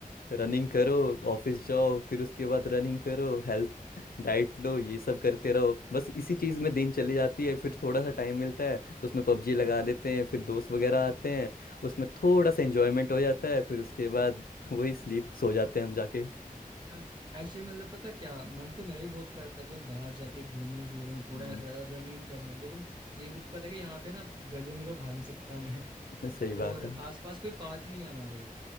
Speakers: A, on the left; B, on the right.
A: रनिंग करो ऑफिस जाओ फिर उसके बाद रनिंग करो हेल्थ डाइट लो ये सब करते रहो बस इसी चीज में दिन चली जाती है फिर थोड़ा सा टाइम मिलता है तो उसमें पबजी लगा लेते हैं फिर दोस्त वगैरह आते हैं उसमें थोड़ा सा एंजॉयमेंट हो जाता है फिर उसके बाद <laughs> वही स्लीप सो जाते हैं हम जाके
B: हाँ एक्चुअली मतलब पता है क्या मन तो मेरा भी बहुत करता है कि मैं बाहर जाके घूमूं फिरूं थोड़ा
A: हम्म,
B: रनिंग करूं लेकिन ये दिक्कत है कि यहाँ पे ना गलियों में तो भाग नहीं सकता मैं
A: <laughs> सही बात
B: और
A: है
B: आसपास कोई पार्क नहीं है हमारे